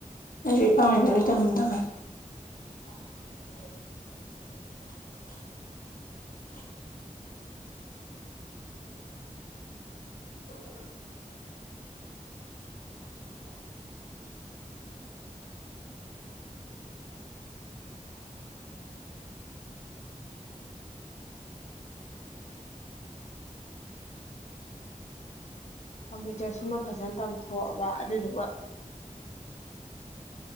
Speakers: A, on the left (about 90°); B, on the left (about 55°).
A: ꯑꯩꯖꯨ ꯏꯄꯥꯡ ꯂꯩꯇꯕꯩ ꯇꯝꯗꯕꯅꯦ
B: ꯀꯝꯄ꯭ꯌꯨꯇꯔꯁꯤꯃ ꯐꯖꯟ ꯇꯝꯊꯣꯛꯑꯕ ꯑꯗꯨꯗꯨꯒ